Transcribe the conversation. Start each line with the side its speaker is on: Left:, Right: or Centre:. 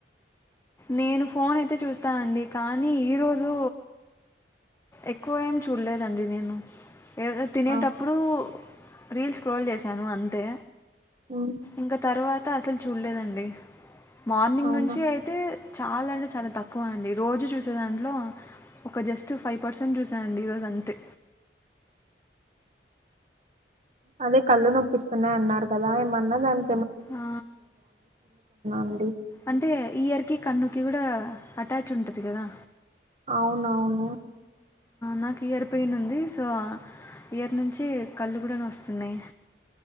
Left: నేను ఫోన్ అయితే చూస్తానండి కానీ ఈరోజు ఎక్కువ ఏమి చూడలేదండి నేను ఏదో తినేటప్పుడు
Right: ఆ.
Left: రీల్స్ స్క్రోల్ చేసాను అంతే
Right: ఉమ్
Left: ఇంకా తరువ త అసలు చూడలేదండి మార్నింగ్
Right: అవునా
Left: నుంచి ఐ చాలా అంటే చాలా తక్కువ అండి రోజు చూసే దాంట్లో ఒక జస్ట్ ఫైవ్ పర్సెంట్ చూసానండి ఈరోజు అంతే
Right: అదే కళ్ళు నొప్పిస్తున్నాయి అన్నారు కదా ఏమన్నా దాన్
Left: ఆ
Right: అండి
Left: అంటే ఈయర్కి కన్నుకి కూడా అటాచ్ ఉంటది కదా
Right: అవునవును
Left: నాకు ఇయర్ పెయిన్ ఉంది. సో ఇయర్ నుంచి కళ్ళు కూడా నస్తున్నాయి.